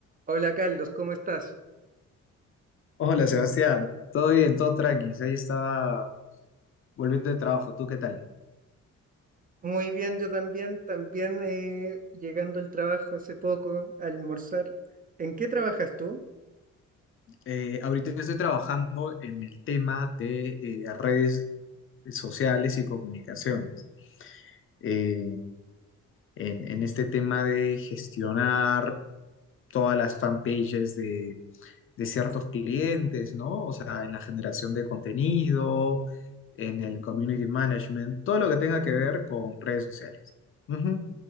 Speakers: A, on the right (about 30°); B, on the left (about 45°).
A: Hola Carlos, ¿cómo estás?
B: Hola Sebastián, todo bien, todo tranqui. Ahí estaba volviendo de trabajo. ¿Tú qué tal?
A: Muy bien, yo también, también eh, llegando al trabajo hace poco, a almorzar. ¿En qué trabajas tú?
B: Eh, ahorita estoy trabajando en el tema de eh, redes sociales y comunicaciones. Eh, en, en este tema de gestionar todas las fanpages de, de ciertos clientes, ¿no? O sea, en la generación de contenido, en el community management, todo lo que tenga que ver con redes sociales. Ujú.